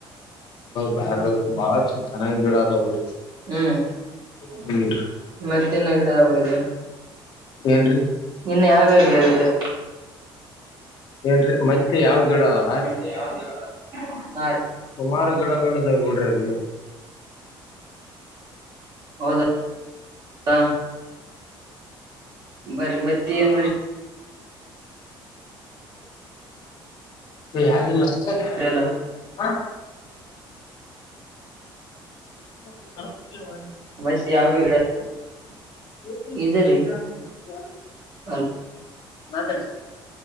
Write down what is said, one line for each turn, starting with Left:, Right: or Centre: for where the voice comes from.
Left: ಬಾಳ ಚೆನ್ನಾಗ ಗೀಡಾ ಅದಾವ್ರಿ.
Right: ಹ್ಮ್
Left: ಹ್ಮ್ ರಿ.
Right: ಮತ್ತಿನ್ನ ಗಿಡ ಯಾವಿದೆ.
Left: ಏನ್ರಿ.
Right: ಇನ್ನೆ ಯಾವ ಯಾವ ಗಿಡವಿದೆ.
Left: ಏನ್ರಿ ಮತ್ತೆ ಯಾವ ಗಿಡ ಅದಾವ.
Right: <unintelligible> ಹಾ ರೀ
Left: ಸುಮಾರು ಗಿಡಗಳು ಇದಾವ್ ಬಿಡ್ರಿ ಅಲ್ಲೆನ.
Right: ಹೌದ್ ದಾ. ಬರ್ರಿ ಮತ್ತೇನ್
Left: ಎ ಯಾರಿಲ್ಲಾ ಮುಂದೆ
Right: ಲ್ಲ
Left: ಹಾ. <unintelligible>
Right: ಮತ್ತೆ ಯಾವ ಗಿಡ ಇದರಿ ಅಲ್
Left: ಮಾತಾಡ ರೀ